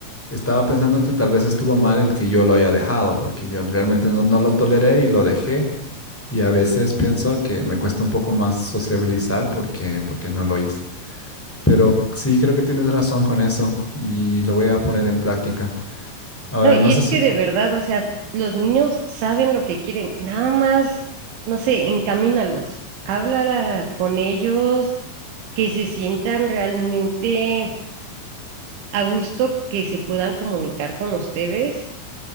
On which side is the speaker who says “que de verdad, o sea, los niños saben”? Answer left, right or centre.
Right